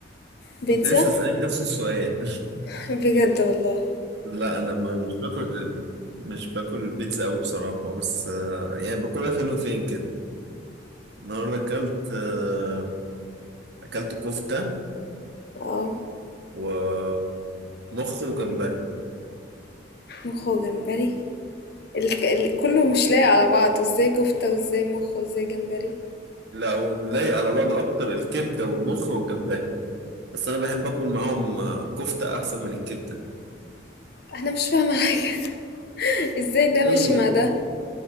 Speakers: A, on the left; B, on the right.
A: بيتزا
B: كنت لسه اسالك نفس السؤال
A: <laughs> بجد والله
B: <laughs> لا انا ما- مش باكل مش باكل البيتزا قوي بصراحه بس آه، يعني باكلها فين وفين كده النهارده اكلت آه، اكلت كفته
A: اه
B: ومخ وجمبري
A: مخ وجمبري ال... ال... كله مش لايق على بعض وازاي كفته وازاي مخ وازاي جمبري
B: لا هو اللي لايق على بعضه اكتر الكبده والمخ والجمبري بس انا بحب اكل معاهم آه، كفته احسن من الكبده
A: انا مش فاهمه حاجه <laughs> ازاي ده ماشي
B: ايه
A: مع ده